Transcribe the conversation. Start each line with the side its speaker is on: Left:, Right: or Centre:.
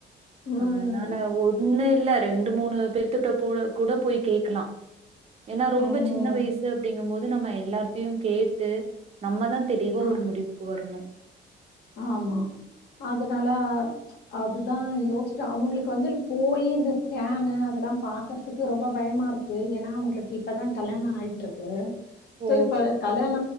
Left: ம்
Right: அ அதனால ஒண்ணு ரெண்டு மூணு பெத்துட்டப் புட கூட போய் கேக்லா ஏன்னா ரொம்ப
Left: ம்
Right: சின்ன வயசு அப்டிங்கு போது நம்ம எல்லாத்தையு கேட்டு நம்மதா தெளிவா
Left: ஆம்
Right: ஒரு முடிவுக்கு வரணு
Left: ஆமா அதனால அதுதா யோசிச்ச அவுங்களுக்கு வந்து போயி இந்த ஸ்கேனு அதெல்லா பாக்ற துக்கு ரொம்ப பயமா இருக்கு ஏன்னா அவுங்களுக்கு இப்ப தா கல்யாண ஆய்ட்ருக்கு சோ
Right: ஓ
Left: இப்ப கல்யாண